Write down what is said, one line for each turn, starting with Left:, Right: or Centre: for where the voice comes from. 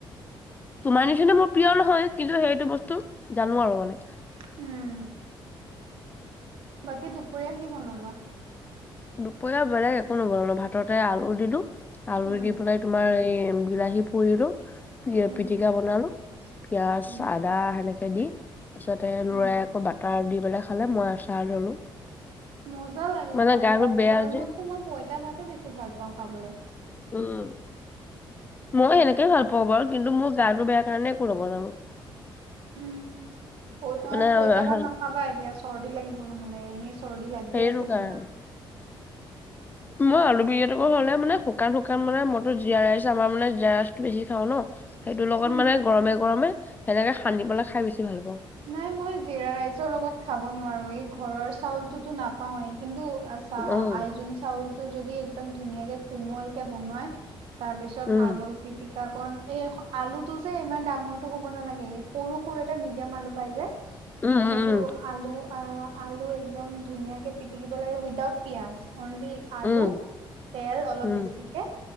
Left: তোমাৰ নিচনা মোৰ প্ৰিয় নহয় কিন্তু সেইটো বস্তু জানো আৰু মানে।
Right: উম। বাকী দুপৰীয়া কি বনালা?
Left: দুপৰীয়া বেলেগ একো নবনালো ভাততে আলু দিলো আলু
Right: উম
Left: দি পেলাই তোমাৰ এই। বিলাহী পুৰিলো
Right: উম
Left: পিটিকা বনালো। পিয়াজ
Right: উম
Left: আদা সেনেকে দি তাৰ পিছতে
Right: উম
Left: ল'ৰাই আকৌ বাটাৰ দি। বেলা খালে মই আ চাৰ ললো।
Right: মজা লাগে
Left: মানে
Right: খাই
Left: গাটো
Right: পেলাই
Left: বেয়া
Right: গৰমততো
Left: যে
Right: মই পইতা ভা বেছি ভাল পাওঁ খাবলৈ।
Left: উম। মই সেনেকেইে ভাল পাওঁ বাৰু। কিন্তু মোৰ গাটো বেয়া কাৰণে একো বনালো।
Right: উম অ
Left: মানে
Right: পইতা
Left: অ,
Right: ভাত নাখাবা এতিয়া চৰ্দি লাগিব নহ'লে এ। চৰ্দি লাগি
Left: সেইটো
Right: আছে
Left: কাৰণে।
Right: তোমাৰ।
Left: মই আলু বিৰিয়াাতটো হ'লে মানে শুকান শুকানে মইতো জীয়াৰা ৰাইচ আমাৰ মানে জিৰা ৰাইচতো বেছি খাওঁ ন। সেইটোৰ লগত
Right: উম
Left: মানে গৰমে গৰমে সেনেকে সানি পেলাই খাই বেছি ভাল পাওঁ।
Right: নাই মই জিৰা ৰাইচৰ লগত খাব নোৱাৰো এই ঘৰৰ চাউলটোতো নাপাওঁৱেই কিন্তু। চা
Left: উম।
Right: আইজোন চাউলটো যদি একদম ধুনীয়াকে কোমল কে বনোৱাই তাৰ পিছত
Left: উম,
Right: আলু পিটিকা। অকন এই আলু টো যে ইমান ডাঙৰটো হ'ব নালাগে এই সৰু সৰু এটা মিডিয়াম আলু পাই যে।
Left: উম,
Right: সেইটো
Left: উম,
Right: আলু। অ' আলু একদম ধুনীয়াকে পিটিকিব লাগে উইদাউট পিয়াজ। অনলি আলু
Left: উম,
Right: তেল অলপ
Left: উম,
Right: বেছিকে।